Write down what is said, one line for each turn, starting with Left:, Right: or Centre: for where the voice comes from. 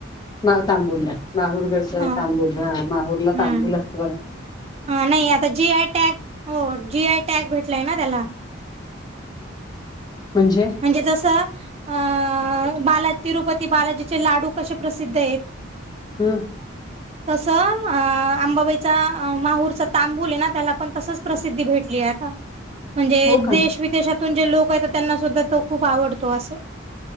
Left: काय तांबूला माहूरगडच
Right: हा
Left: तांबू हा माहूरला
Right: हम्म
Left: तांबूल असत बघ
Right: हा नाही आता जी आय टॅग हो जी आय टॅग भेटलाय ना त्याला
Left: म्हणजे
Right: म्हणजे जस अ बाला तिरुपती बालाजीचे लाडू कसे प्रसिद्ध आहेत.
Left: हां
Right: तसं अ आंबाबाईचा माहूरचा तांबू आहे ना त्याला पण तसंच प्रसिद्धी भेटली आहे आता. म्हणजे
Left: हो का?
Right: देश विदेशातून जे लोक येतात त्यांना सुद्धा तो खूप आवडतो असं.